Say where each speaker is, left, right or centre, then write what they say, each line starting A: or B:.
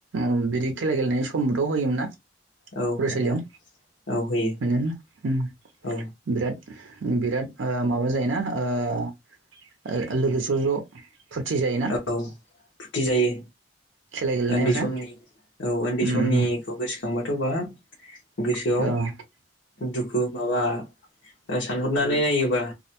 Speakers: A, on the right (about 80°); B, on the left (about 75°).
A: उम बिदि खेला गेलेनाय समबोथ' होयोमोन ना
B: औ
A: फरायसालियाव
B: आदा औ होयो
A: मोनो उम
B: औ
A: बिराद बिराद ओ माबा जायोना ओ ओ लोगो स ज' फुरथि जायोना
B: ओ औ फुथि जायो
A: खेला गेलेनायफ्रा
B: ओन्दै समनि औ ओन्दै
A: ओम
B: समनिखौ गोसोखांबाथ' बा गोसोआव
A: ओ ओ
B: दुखु माबा ओ सानहरनानै नायोबा